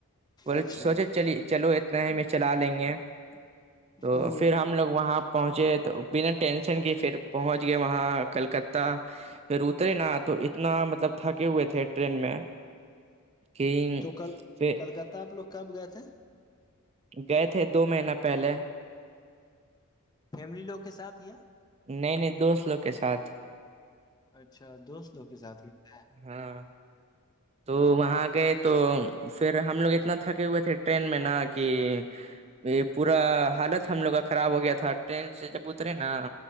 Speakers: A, on the right; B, on the left.
A: بولے
B: اچھا
A: سوچے چلی چلو اتنا ہی میں چلا لیں گے تو
B: او
A: پھر ہم لوگ وہاں پہنچے تو بنا ٹینشن کے پھر پہنچ گئے وہاں کلکتہ پھر اترے نا تو اتنا مطلب تھکے ہوئے تھے ٹرین میں کہ
B: تو کل
A: چ
B: کلکتہ آپ لوگ کب گئے تھے
A: گئے تھے دو مہینہ پہلے
B: فیملی لوگ کے ساتھ یا
A: نہیں نہیں دوست لوگ کے ساتھ
B: اچھا دوست لوگ کے ساتھ گتے ہیں
A: ہاں تو وہاں گئے تو پھر ہم لوگ اتنا تھکے ہوئے تھے ٹرین میں نا کہ یہ پورا حالت ہم لوگ کا خراب ہو گیا تھا ٹرین سے جب اترے نا